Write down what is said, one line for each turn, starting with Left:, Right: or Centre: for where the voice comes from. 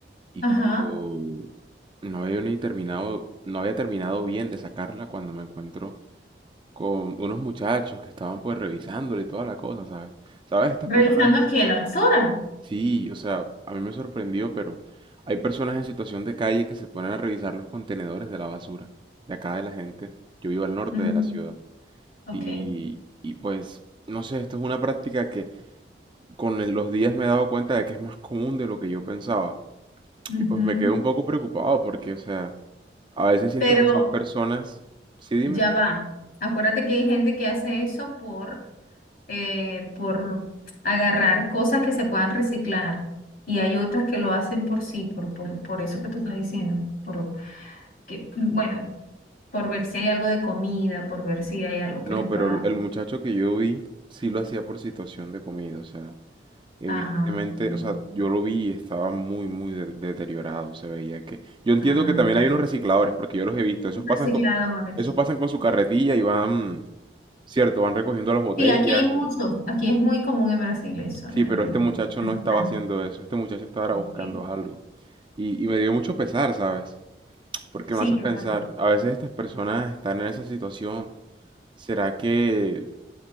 Right: y
Left: Ajá.
Right: cuando no había ni terminado, no había terminado bien de sacarla cuando me encuentro con unos muchachos que estaban pues revisándola y toda la cosa, ¿sabes? ¿Sabes? Estas
Left: ¿Revisando
Right: personas
Left: qué? ¿La basura?
Right: Sí, o sea, a mí me sorprendió, pero hay personas en situación de calle que se ponen a revisar los contenedores de la basura de acá de la gente. Yo vivo al norte
Left: Ujú,
Right: de la ciudad
Left: Ok.
Right: y, y pues, no sé, esto es una práctica que con el- los días me he dado cuenta de que es más común de lo que yo pensaba.
Left: ujú.
Right: Y pues me quedo un poco preocupado porque, o sea, a veces siento
Left: Pero
Right: que son personas... Sí, dime.
Left: ya va. Acuérdate que hay gente que hace eso por, eh, por agarrar cosas que se puedan reciclar. Y hay otras que lo hacen por sí, por, por, por eso que tú estás diciendo, por, que, bueno, por ver si hay algo de comida, por ver si hay algo
Right: No,
Left: que les pueda...
Right: pero el muchacho que yo vi sí lo hacía por situación de comida, o sea, Evidentemente,
Left: Ajá, sí,
Right: o sea, yo lo vi y estaba muy, muy de- deteriorado, se veía que... Yo entiendo
Left: ah,
Right: que también hay unos recicladores, porque yo los he visto, esos pasan
Left: recicladores.
Right: con, esos pasan con su carretilla y van, cierto, van recogiendo las botellas.
Left: Sí, aquí hay muchos.
Right: y-
Left: Aquí es muy común en Brasil eso,
Right: Sí,
Left: el
Right: pero este muchacho
Left: reciclaje.
Right: no estaba haciendo eso, este muchacho estaba
Left: Ok.
Right: buscando algo. Y, y me dio mucho pesar, ¿sabes? Porque
Left: Sí,
Right: me hace
Left: claro.
Right: pensar, a veces estas personas están en esa situación, ¿será que